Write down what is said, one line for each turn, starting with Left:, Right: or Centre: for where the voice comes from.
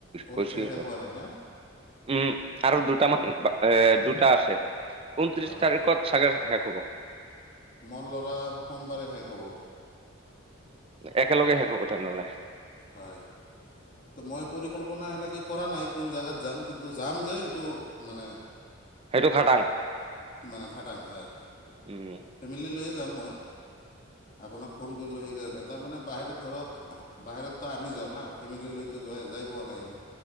Left: পৰীক্ষা
Right: কৈছোৱে
Left: শেষ
Right: ত।
Left: হোৱা নাই না
Right: উম আৰু দুটা মান এ দুটা আছে ঊনত্ৰিছ
Left: অঁ,
Right: তাৰিখত কেতিয়া শেষ হব?
Left: মোৰ ল'ৰাৰ সোমবাৰে শেষ হ'ব।
Right: একেলগে শেষ হব তেনেহলে।
Left: হয়। ত মই পৰিকল্পনা এনেকে কৰা নাই কোন জোগাত যাম কিন্তু যাম যে এইটো মানে
Right: সেইটো খাটাং।
Left: মানে খাটাং হয়
Right: উম,
Left: ফেমিলী লৈয়ে যাম মই আপোনাক ফোন কৰিলোঁ সেইকাৰণে তাৰমানে বাহিৰত ধৰক বাহিৰতো আমি যাওঁ না ফেমিলি লৈতো যোৱাই যাই পোৱা নাই আমি।